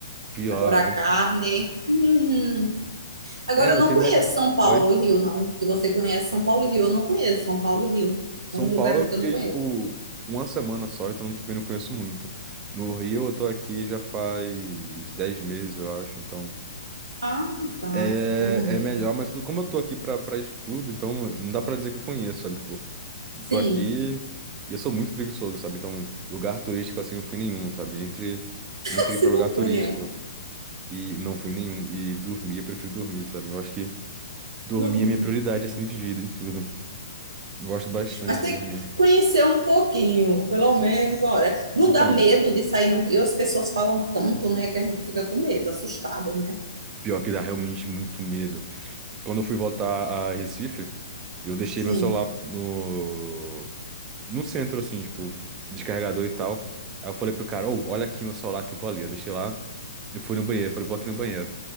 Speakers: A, on the right (about 25°); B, on the right (about 90°).
A: Pior,
B: Agora a carne.
A: né?
B: hum. Agora
A: É, eu
B: eu não
A: tenho.
B: conheço
A: minha-
B: São Paulo
A: Oi?
B: e Rio, não. Que você conhece São Paulo e Rio, eu não conheço São Paulo e Rio.
A: São
B: São uns
A: Paulo
B: lugares
A: eu
B: que
A: fiquei,
B: eu não conheço.
A: tipo, uma semana só, então também não conheço muito. No Rio eu tô aqui já faz 10 meses, eu acho, então.
B: Ah, tá.
A: É,
B: Você tá no
A: é
B: Rio.
A: melhor, mas como eu tô aqui pra, pra estudo, então não dá pra dizer que eu conheço, sabe? Tipo, Eu
B: Sim.
A: tô aqui e eu sou muito preguiçoso, sabe? Então, lugar turístico assim não fui nenhum, sabe? Entre,
B: <laughs>
A: entre ir
B: Se
A: pra lugar
B: não
A: turístico
B: for nenhum.
A: e não fui nenhum. E dormir, eu prefiro dormir, sabe? Eu acho que dormir
B: no Rio.
A: é minha prioridade assim de vida em tudo. Eu Gosto bastante
B: Mas tem
A: de dormir.
B: que conhecer um pouquinho, pelo menos, olha. Não
A: Então,
B: dá medo de sair no Rio, as pessoas falam tanto, né, que a gente fica com medo, assustado, né?
A: pior que dá realmente muito medo. Quando eu fui voltar a Recife, eu deixei
B: Sim.
A: meu celular no no centro, assim, tipo, descarregador e tal. Aí eu falei pro cara, ô, olha aqui meu celular que eu vou ali. Eu deixei lá e fui no banheiro. Falei, vou aqui no banheiro.